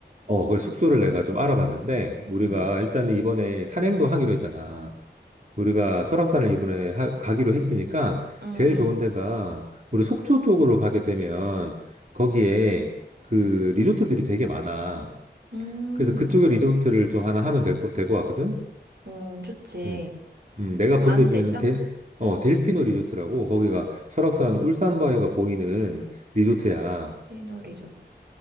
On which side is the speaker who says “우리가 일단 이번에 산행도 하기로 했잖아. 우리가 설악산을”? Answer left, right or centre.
Right